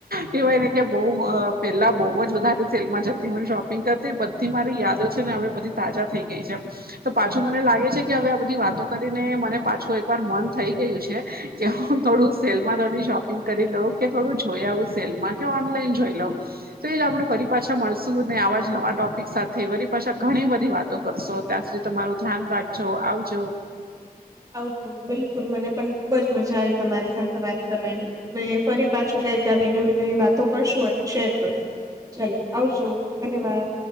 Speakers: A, on the right; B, on the right.
A: કવાય ને કે બઉ પેલા બહુ જ વધારે સેલમાં જતી હોયને શોપિંગ કરતી થી મારી યાદો છે ને હવે બધી તાજા થઈ ગઈ છે તો પાછું મને લાગે છે કે હવે આ બધી વાતો કરીને મને પાછું એકવાર મન થઈ ગયું છે. કે હું થોડું સેલમાં થોડી શોપિંગ કરી લઉં કે થોડું જોઈ આવું સેલમાં કે ઓનલાઈન જોઈ લઉં. તો એ જ આપણે ફરી પાછા મળશું ને આવા જ નવા ટોપિક સાથે વરી પાછા ઘણી બધી વાતો કરશો. ત્યાં સુધી તમારું ધ્યાન રાખજો. આવજો.
B: આવજો. બિલકુલ મને પણ ખુબ જ મજા આવી તમારી સાથે વાત કરવાની. અને ફરી પાછો કઈક આવી નવી નવી વાતો કરશું અને શેર કરશું. ચલો આવજો. ધન્યવાદ